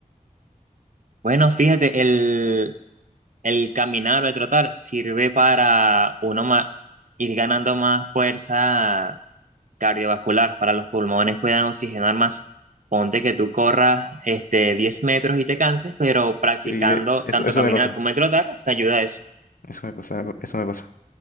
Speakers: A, on the right; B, on the left.
A: Bueno, fíjate, el, el caminar o el trotar sirve para uno ma- ir ganando más fuerza cardiovascular, para los pulmones puedan oxigenar más. Ponte que tú corras este, 10 metros y te canses, pero practicando
B: Sí, eh, eso,
A: tanto
B: eso
A: caminar
B: me pasa,
A: como el trotar, te ayuda a eso.
B: eso me pasa, eso me pasa.